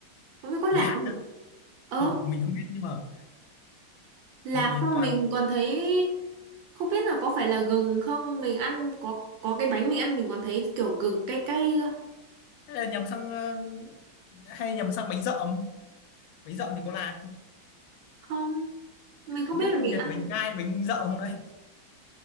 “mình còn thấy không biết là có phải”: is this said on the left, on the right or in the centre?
Right